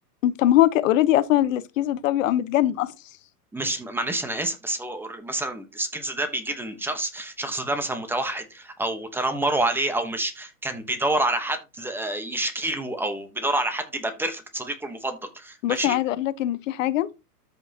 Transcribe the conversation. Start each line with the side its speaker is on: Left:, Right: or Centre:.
Left: طب ما هو كده اوريدي اصلا الاسكيزو ده بيبقى متجنن اصلا
Centre: مش معلش انا اسف بس هو أور- مثلا السكيزو ده بيجي للشخص الشخص ده مثلا متوحد او تنمروا عليه او مش كان بيدور على حد آه، يشكي له او بيدور على حد يبقى بيرفكت صديقه المفضل
Left: بص
Centre: ماشي
Left: انا عايزه اقول لك ان في حاجه